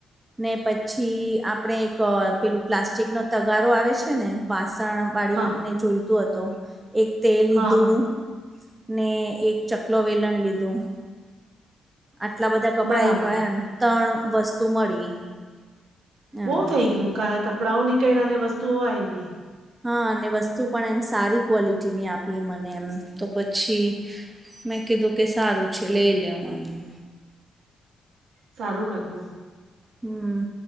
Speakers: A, on the right; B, on the right.
A: ને પછી આપણે એક પેલું પ્લાસ્ટિક નો તગારો આવે છે ને વાસણ. વાળીને
B: હા
A: જોઈતું હતો એક તે લીધું.
B: હા
A: ને એક ચકલો વેલણ લીધું. આટલા બધા કપડાં
B: બરાબર
A: એવાને ત્રણ વસ્તુ મળી. એમ
B: બહુ થઈ ગયું કાર કપડાંઓ નીકળ્યાને વસ્તુઓ આવી
A: હા અને વસ્તુ પણ એમ સારી ક્વોલિટીની આપીએ મને એમ તો પછી મેં કીધું કે સારું છે લઈ લેવ અમને
B: સારું કર્યું
A: હમ